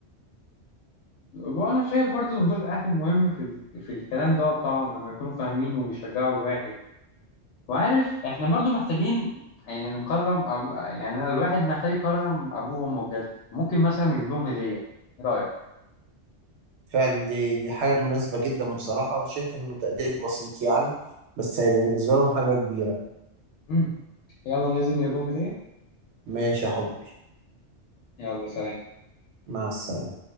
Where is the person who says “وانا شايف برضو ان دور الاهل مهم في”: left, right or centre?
Left